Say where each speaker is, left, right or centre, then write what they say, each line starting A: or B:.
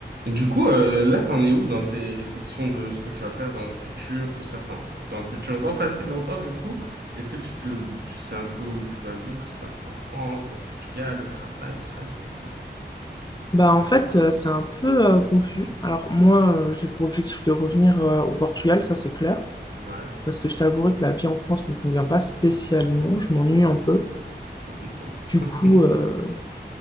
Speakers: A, on the right; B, on the left.
A: Du coup, euh, là, t'en es où dans tes réflexions de ce que tu vas faire dans le futur, tout ça, enfin, dans le futur, dans pas si longtemps, du coup, est-ce que tu, tu, tu sais un peu où tu vas vivre, si tu vas rester en France, venir au Portugal, le travail, tout ça, dis-moi tout.
B: Bah en fait, euh, c'est un peu euh, confus. Alors moi, euh, j'ai pour objectif de revenir euh, au Portugal, ça c'est clair,
A: Ouais,
B: parce que je t'avouerai que la vie en France me convient pas spécialement, je m'ennuie un peu.
A: on peut comprendre.
B: Du
A: <laughs>
B: coup, euh,